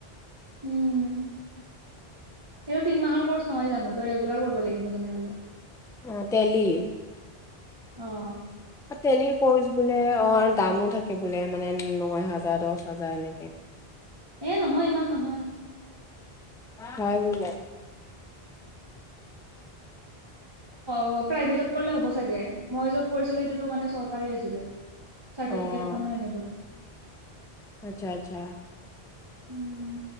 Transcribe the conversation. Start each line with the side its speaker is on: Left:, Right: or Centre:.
Right: উম এইটো তিনমাহৰ কৰ্চ নহয় জানো ত ৰেগুলাৰ কৰিব লাগিব তেনেহলে।
Centre: অহ তেলি।
Right: অহ।
Centre: তেলিৰ কৰ্চ বোলে অ দামো থাকে বোলে মানে ন হাজাৰ হাজাৰ দহ হাজাৰ এনেকে।
Right: এ নহয় ইমান নহয়।
Centre: হয় বোলে।
Right: অহ প্ৰাইভেটত কৰিলে হ'ব চাগে মই য'ত কৰিছিলো সেইটোতো মানে চৰকাৰ পাৰি আছিলে।
Centre: অ'
Right: চাৰ্টিফিকেট খনো সেনেকুৱাই।
Centre: আচ্ছা আচ্ছা।
Right: উম